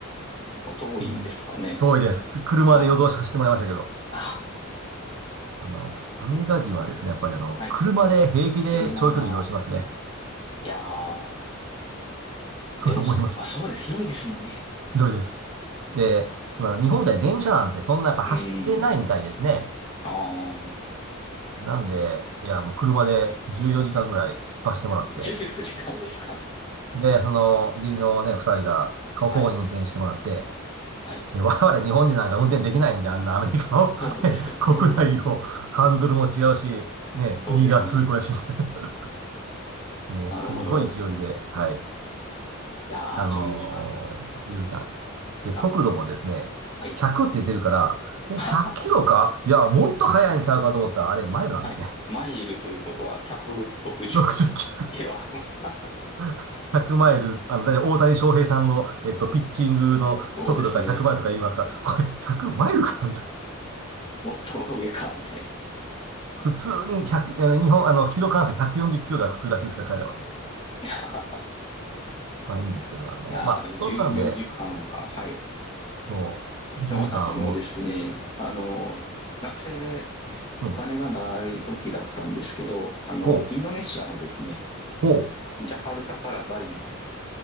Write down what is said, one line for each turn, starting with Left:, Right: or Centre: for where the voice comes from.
Left: 結構遠いんですかね。
Right: うん、遠いです。車で夜通し走ってもらいましたけど。
Left: ああ、あ
Right: あの、アメリカ人はですね、やっぱりあの、
Left: あ、はい。
Right: 車で平気で長距離移動しますね。
Left: 車、いやー、
Right: それ思いました。
Left: 電車、まあそうです。広いですもんね。
Right: 広いです。で、その日本みたいに電車なんてそんなやっぱ走ってないみたいですね。
Left: うん。ああ、
Right: なんで、いや、もう車で14時間ぐらい突っ走ってもらって。
Left: 14時間ですか。
Right: で、その、義理のね、夫妻が顔交互に運転してもらって。
Left: はい。はい。
Right: で、我々日本人なんか運転できないんで、あんなアメリカのね国内をハンドルも違うし、
Left: そうですよね。
Right: ね、
Left: そうですね。
Right: 右側通行やしみたいなもうすんごい勢いで、
Left: なるほど。
Right: はい。
Left: いやー、
Right: あのー、
Left: 14時間かんか。
Right: 10時間。で、速度もですね、
Left: あ、はい。
Right: 100って出るから、え、
Left: <laughs>
Right: 100キロかいや、もっと速いんちゃうかと思ったら、あれ、マイルなんですね。
Left: はい。マイルということは160キロ。
Right: <laughs> 60キ
Left: <laughs>
Right: ロ、100マイル。あの、だいたい大谷翔平さんの、えっと、ピッチングの速度が100マイルとか言いますから、
Left: そうですね。
Right: これ、100マイルかみたいな。
Left: もっと上か、みたい
Right: 普通に100、あの日本、あの、キロ換算140キロが普通らしいですから、彼らは。
Left: な。<laughs>
Right: まあいいんですけど、あの、
Left: いやー、
Right: まあ、
Left: でも14時間かんか。
Right: そんなんで、
Left: はい。
Right: そう、10時間、
Left: でも私もですね、
Right: も
Left: あの、学生で
Right: う、
Left: お金がない時だったんですけど、
Right: うん、
Left: あの、
Right: 5、
Left: インドネシアのですね、
Right: 5、
Left: ジャカルタからバリに、